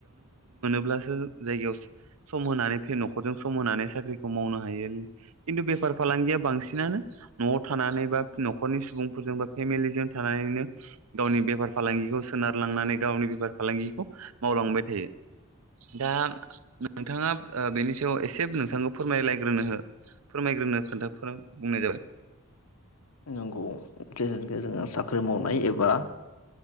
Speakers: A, on the right; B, on the left.
A: ज होनानै न' सम होनानै साख्रिखौ मावनो हायु बे बेफार फालांगिया बांसिनानो न'आव थानानै बा न'खरनि सुबुंफोरजों बा फेमिलि जों थानानैनो गावनि बेफार फालांगिखौ सोनार लांनानै गावनि बेफार फालांगिखौ मावलांबाय थायो। दा नोंथाङा बेनि सायाव एसे नोंथांखौ फोरमायलायग्रोनो हो फोरमायग्रोनो खोन्थाफोरा बुंनाय जाबाय।
B: नंगौ। जोङो साख्रि मावनाय एबा